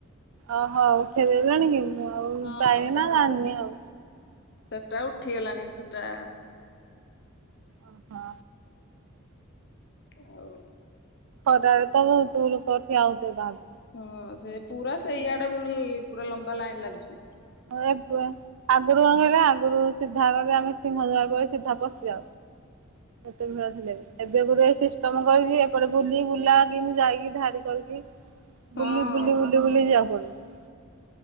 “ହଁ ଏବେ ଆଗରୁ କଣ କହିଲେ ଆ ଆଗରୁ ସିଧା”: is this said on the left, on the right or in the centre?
Right